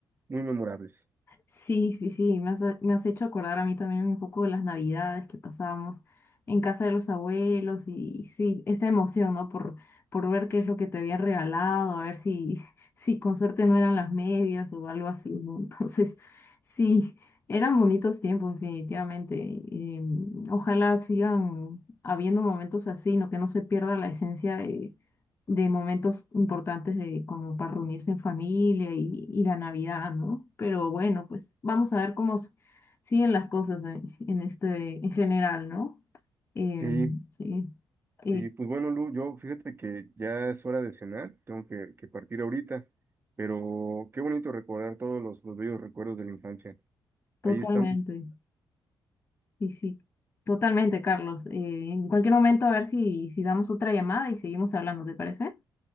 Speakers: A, on the right; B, on the left.
A: muy memorables.
B: Sí, sí, sí, me has, me has hecho acordar a mí también un poco de las navidades que pasábamos en casa de los abuelos y, y sí, esa emoción, ¿no? Por, por ver qué es lo que te habían regalado, a ver si, <laughs> si con suerte no eran las medias o algo así, ¿no? <laughs> Entonces, sí, eran bonitos tiempos, definitivamente. Em, ojalá sigan habiendo momentos así, ¿no? Que no se pierda la esencia de de momentos importantes de como para reunirse en familia y, y la Navidad, ¿no? Pero bueno, pues vamos a ver cómo s- siguen las cosas en, en este en general, ¿no? Eh,
A: Sí,
B: sí, eh,
A: y pues bueno, Lu, yo fíjate que ya es hora de cenar, tengo que, que partir ahorita, pero qué bonito recordar todos los, los bellos recuerdos de la infancia.
B: totalmente,
A: Ahí estamos,
B: sí, sí, totalmente, Carlos. Eh, en cualquier momento a ver si, si damos otra llamada y seguimos hablando, ¿te parece?